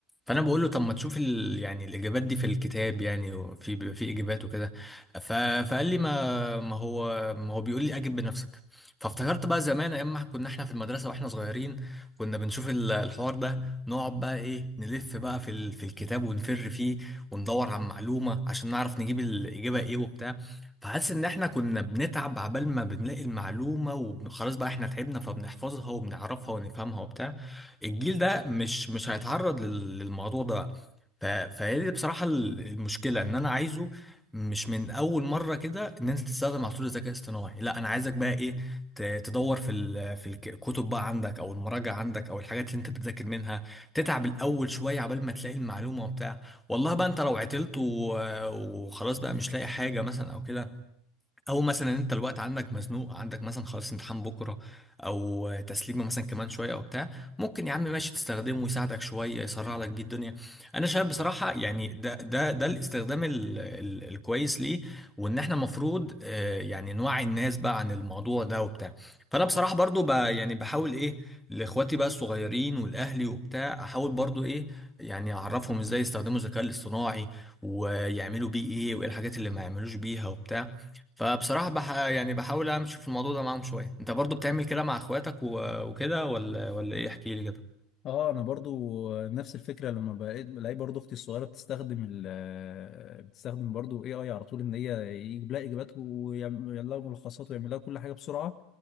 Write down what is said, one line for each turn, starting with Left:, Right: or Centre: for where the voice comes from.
Centre: فانا بقول له طب ما تشوف ال... يعني الاجابات دي في الكتاب يعني وفي بيبقى في اجابات وكده ف... فقال لي ما ما هو ما هو بيقول لي اجب بنفسك فافتكرت بقى زمان ايام ما كنا احنا في المدرسه واحنا صغيرين كنا بنشوف ال- الحوار ده نقعد بقى ايه نلف بقى في ال... في الكتاب ونفر فيه وندور على معلومه عشان نعرف نجيب الاجابه ايه وبتاع فحاسس ان احنا كنا بنتعب عبال ما بنلاقي المعلومه وخلاص بقى احنا تعبنا فبنحفظها وبنعرفها ونفهمها وبتاع الجيل ده مش مش هيتعرض لل- للموضوع ده ف... فهي دي بصراحة ال- المشكلة ان انا عايزه مش من اول مرة كده ان انت تستخدم على طول الذكاء الاصطناعي لا انا عايزك بقى ايه ت- تدور في ال... في الك- الكتب بقى عندك او المراجع عندك او الحاجات اللي انت بتذاكر منها تتعب الاول شوية عبال ما تلاقي المعلومة وبتاع والله بقى انت لو عطلت و... وخلاص بقى مش لاقي حاجة مثلا او كده او مثلا انت الوقت عندك مزنوق عندك مثلا خلاص امتحان بكره او تسليمه مثلا كمان شويه او بتاع ممكن يا عم ماشي تستخدمه يساعدك شويه يسرع لك بيه الدنيا انا شايف بصراحه يعني ده ده ده الاستخدام ال ال الكويس ليه وان احنا المفروض يعني نوعي الناس بقى عن الموضوع ده وبتاع فانا بصراحه برضو ب يعني بحاول ايه لاخواتي بقى الصغيرين والاهلي وبتاع احاول برضو ايه يعني اعرفهم ازاي يستخدموا الذكاء الاصطناعي ويعملوا بيه ايه وايه الحاجات اللي ما يعملوش بيها وبتاع فبصراحة بح يعني بحاول امشي في الموضوع ده معاهم شوية انت برضو بتعمل كده مع اخواتك و- وكده ولا ولا ايه احكي لي كده
Left: اه انا برضو نفس الفكره لما بقيت بلاقي برضو اختي الصغيره بتستخدم ال بتستخدم برضو اي اي على طول ان هي يجيب لها اجابات ويعمل لها ملخصات ويعمل لها كل حاجه بسرعه